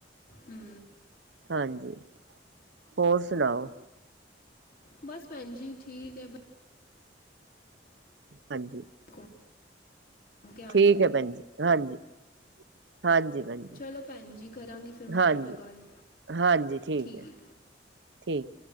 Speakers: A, on the left (about 50°); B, on the right (about 70°).
A: ਹੂੰ।
B: ਹਾਂਜੀ, ਹੋਰ ਸੁਣਾਓ?
A: ਬਸ ਭੈਣ ਜੀ ਠੀਕ ਐ।
B: ਹਾਂਜੀ
A: ਬਸ ਘੁੰਮ ਕੇ ਆਉਂਦੇ
B: ਠੀਕ ਐ ਭੈਣ ਜੀ, ਹਾਂਜੀ ਹਾਂਜੀ ਭੈਣ ਜੀ।
A: ਚਲੋ ਭੈਣ ਜੀ ਕਰਾਂਗੀ ਫਿਰ ਮੈਂ ਤੁਹਾਡੇ
B: ਹਾਂਜੀ
A: ਨਾਲ ਗੱਲ,
B: ਹਾਂਜੀ
A: ਠੀਕ।
B: ਹੈ ਠੀਕ।